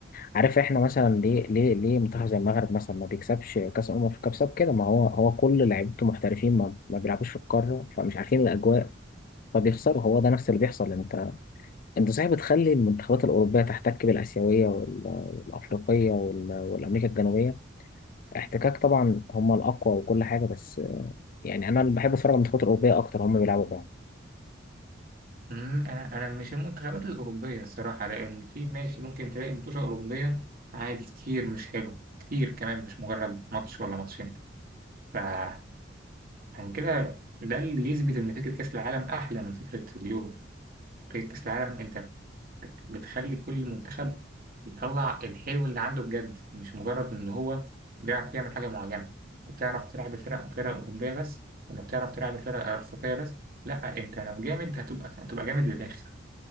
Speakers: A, on the left (about 50°); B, on the right (about 50°).
A: عارف احنا مثلا ليه ليه ليه منتخب زي المغرب مثلا ما بيكسبش كاس الامم في كاس كده ما هو هو كل لعيبته محترفين ما, ما بيلعبوش في القاره فمش عارفين الاجواء فبيخسروا هو ده نفس اللي بيحصل لأن انت انت صحيح بتخلي المنتخبات الاوروبيه تحتك بالاسيويه وال... والافريقيه وال... والامريكا الجنوبيه احتكاك طبعا هم الاقوى وكل حاجه بس يعني انا اللي بحب اتفرج على المنتخبات الاوروبيه اكتر هم بيلعبوا بعض
B: أمم، أنا أنا مش المنتخبات الأوروبية الصراحة لأن في ماشي ممكن تلاقي متوشة أوروبية عادي كتير مش حلو كتير كمان مش مجرد ماتش ولا ماتشين فعشان كده ده اللي يثبت إن فكرة كأس العالم أحلى من فكرة اليورو فكرة كأس العالم أنت بت- بتخلي كل منتخب يطلع الحلو اللي عنده بجد مش مجرد إن هو بيعرف يعمل حاجة معينة بتعرف تلعب بفرق فرق أوروبية بس ولا بتعرف تلعب بفرق أفريقية بس لا أنت لو جامد هتبقى هتبقى جامد للآخر